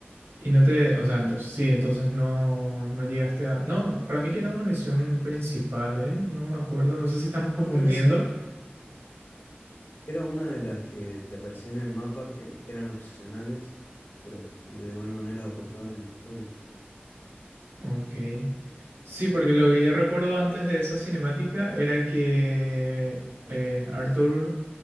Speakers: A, on the right; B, on the left.
A: Y no te, o sea, entonces, sí, entonces no, no llegaste a... No, para mí que era una misión principal, ¿eh? No me acuerdo, no sé si estamos confundiendo.
B: No, no era, sen- <laughs> era una de las que te aparecían en el mapa que eran opcionales, pero y de igual manera aportaban a la historia.
A: Ok. Sí, porque lo que yo recuerdo antes de esa cinemática era que eh, Arthur